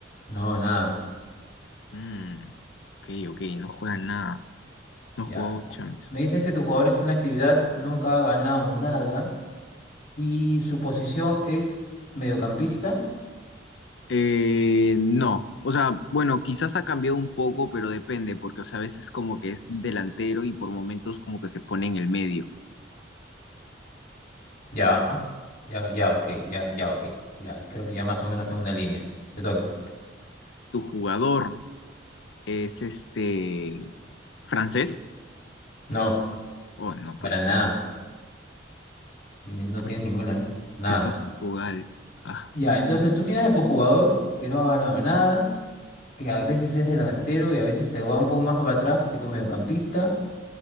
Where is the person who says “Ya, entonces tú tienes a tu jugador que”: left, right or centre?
Left